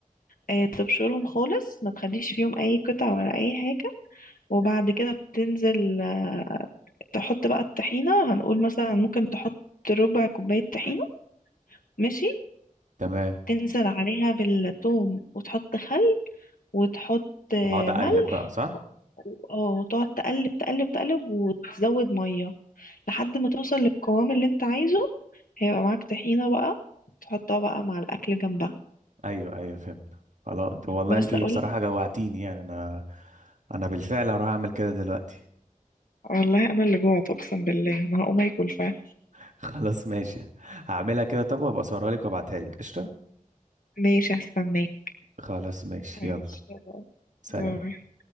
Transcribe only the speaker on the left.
آه، تبشرهم خالص ما تخليش فيهم اي قطع ولا اي حاجة وبعد كده تنزل آه، تحط بقى الطحينة هنقول مثلا ممكن تحط ربع كوباية طحينة ماشي
تنزل عليها بالثوم وتحط خل وتحط آه،
ملح
و- اه وتقعد تقلب تقلب تقلب وتزود مية لحد ما توصل للقوام اللي انت عايزه هيبقى معاك طحينة بقى تحطها بقى مع الأكل جنبها
بس
أقول
والله انا اللي جوعت اقسم بالله انا هقوم اكل فعلا
ماشي هستناك
ماشي
يلا.
باي.